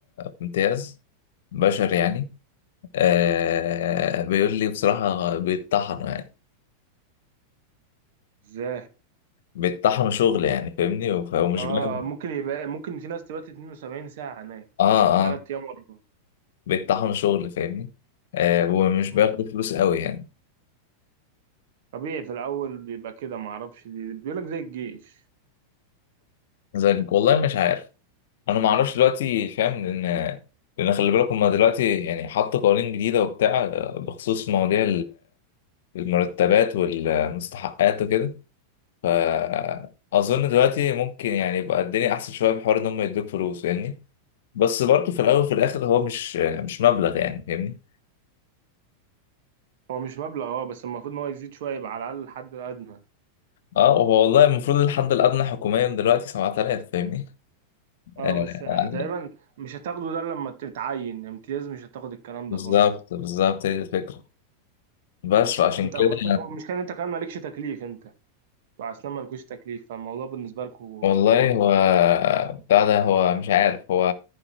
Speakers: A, on the left; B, on the right.
A: في امتياز بشر يعني آه بيقول لي بصراحه بيتطحنوا يعني
B: ازاي
A: بيتطحنوا شغل يعني فاهمني وف- ومش
B: اه
A: بياخدوا
B: ممكن يبقى ممكن في ناس تبات 72 ساعة هناك
A: اه اه
B: ثلاث ايام ورا
A: بيتطحنوا شغل فاهمني آه ومش
B: مم.
A: بياخدوا فلوس قوي يعني
B: طبيعي في الاول بيبقى كده معرفش دي بيقول لك زي الجيش
A: زي والله مش عارف انا ما اعرفش دلوقتي فاهم لان لان خلي بالك هما دلوقتي يعني حطوا قوانين جديده وبتاع آه، بخصوص مواضيع المرتبات والمستحقات وكده فأظن دلوقتي ممكن يعني يبقى الدنيا أحسن شوية في حوار إن هم يدوك فلوس فاهمني بس برضه في الأول وفي الآخر هو مش مش مبلغ يعني فاهمني
B: هو مش مبلغ اه بس المفروض ان هو يزيد شويه يبقى على الاقل الحد الادنى
A: اه هو والله المفروض الحد الأدنى حكوميا دلوقتي 7000 فاهمني آه
B: اه بس
A: يعني
B: تقريبا مش هتاخده ده لما تتعين امتياز مش هتاخد الكلام
A: بالظبط
B: ده خالص
A: بالظبط هي دي الفكرة بس فعشان
B: انت
A: كده
B: وانت كمان- مش كان انت كمان مالكش تكليف انت بتوع اسنان مالكوش تكليف فالموضوع بالنسبه لكم
A: والله
B: كومبليكيتد
A: هو بتاع ده هو مش عارف هو